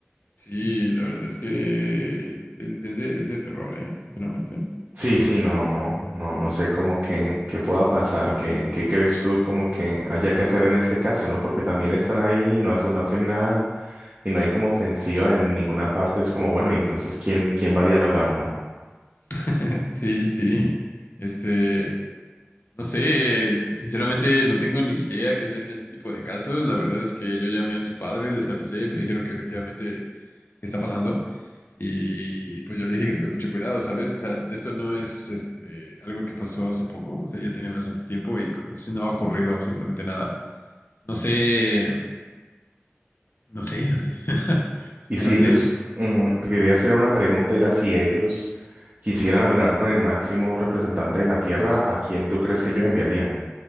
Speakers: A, on the left; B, on the right.
A: sí, la verdad es que es, es de, es de terror, ¿eh? Sinceramente.
B: Sí, sí, no, no, no, no sé cómo que, qué pueda pasar, qué, qué crees tú como que haya que hacer en este caso, ¿no? Porque también están ahí y no hacen, no hacen nada y no hay como ofensiva en ninguna parte. Es como, bueno, y entonces, ¿quién, quién va a dialogar, no?
A: <laughs> Sí, sí. Este, no sé, sinceramente no tengo ni idea qué hacer en este tipo de casos. La verdad es que yo llamé a mis padres, les avisé, me dijeron que efectivamente qué está pasando. Y pues yo le dije que tuviera mucho cuidado, ¿sabes? O sea, esto no es este, algo que pasó hace poco, o sea, ya tiene bastante tiempo y pues así no ha ocurrido absolutamente nada. No sé, no sé, no sé. <laughs> Sinceramente,
B: Y si ellos, mm, te quería hacer una pregunta, era si ellos quisieran hablar con el máximo representante de la Tierra, ¿a quién tú crees que ellos enviarían?